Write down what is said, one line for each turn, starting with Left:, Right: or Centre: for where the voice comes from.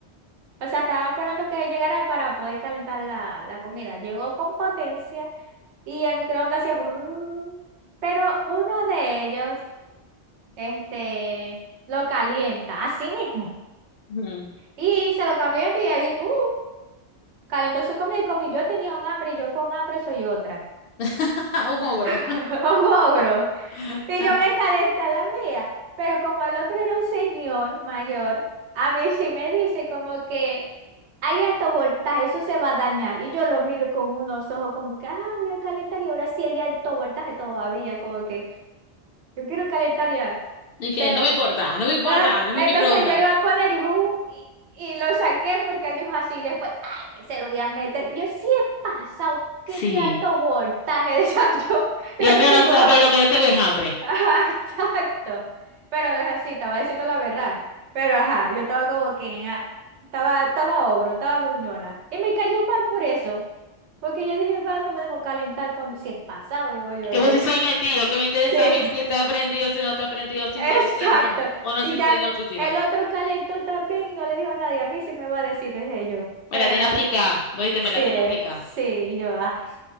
Right: O sea, estaba esperando que llegara para poder calentar la, la comida. Llegó con potencia y el microondas hacía brrrr. Pero uno de ellos, este, lo calienta, así mismo.
Left: Ujú.
Right: Y se lo cambió y ahí tú calentó su comida y comí. Yo tenía un hambre y yo con hambre soy otra.
Left: <laughs> Un ogro.
Right: <laughs> Un ogro.
Left: <laughs>
Right: Y
Left: Ajá.
Right: yo voy a calentar la mía. Pero como el otro era un señor mayor, a mí sí me dice como que hay alto voltaje, eso se va a dañar. Y yo lo miro con unos ojos como que, ah, voy a calentar y ahora sí hay alto voltaje todavía, como que. Yo quiero calentar ya.
Left: Y
Right: Se-
Left: que no me importa, no me importa,
Right: Ah,
Left: no es
Right: Entonces
Left: mi microondas.
Right: yo le iba a poner y, bu- y, y lo saqué porque él dijo así. y Después, ay, que se lo voy a meter. Yo sí he pasado. Qué,
Left: Sí.
Right: qué alto voltaje. <laughs> O sea, yo, es
Left: Dios
Right: lo que
Left: mío,
Right: te
Left: no
Right: digo.
Left: sabéis
Right: Ajá,
Left: lo que yo tengo es hambre.
Right: ajá, <laughs> exacto. Pero es así, estaba diciendo la verdad. Pero ajá, yo estaba como que. ah, Estaba, estaba ogro, estaba gruñona. Y me cayó mal por eso. Porque yo dije, va, no me dejó calentar cuando sí he pasado, digo yo,
Left: Que vos
Right: decía.
Left: si soy metido, que me interesa
Right: Sí. <laughs>
Left: a mí si está prendido, si no está prendido, si
Right: Exacto.
Left: se incendia o no
Right: Y
Left: se incendia
Right: ya el,
Left: la oficina.
Right: el otro calentó también y no le dijo a nadie. A mí sí me va a decir, dije yo.
Left: Me
Right: Pero
Left: la tiene
Right: era
Left: aplicada.
Right: yo,
Left: Vos dijiste,
Right: sí,
Left: me la tiene aplicada.
Right: sí. Y yo, ay,